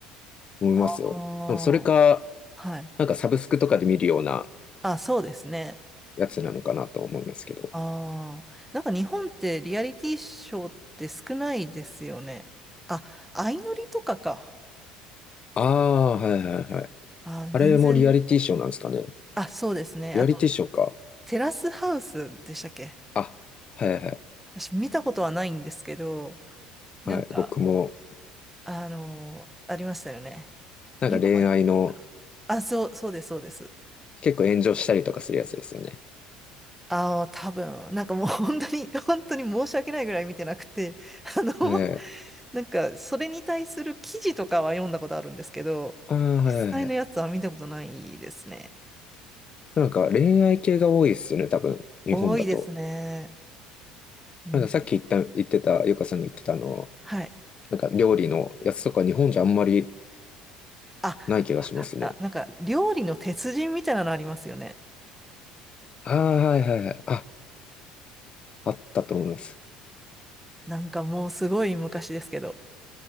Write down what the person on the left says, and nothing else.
思いますよ。
でもそれか、
なんかサブスクとかで見るような
やつなのかなと思いますけど。
ああ、はいはいはい。
あれもリアリティショーなんですかね。
リアリティショーか。
あ、はいはい
はい。
僕も、
なんか恋愛の、
結構炎上したりとかするやつですよね。
はい。
ああ、はいはいはい。
なんか恋愛系が多いですよね、多分、日本だと。
なんかさっき言った、言ってた、ゆかさんが言ってたあの、
なんか料理のやつとか日本じゃあんまり
ない気がしますね。
ああ、はいはいはい。あ、あったと思います。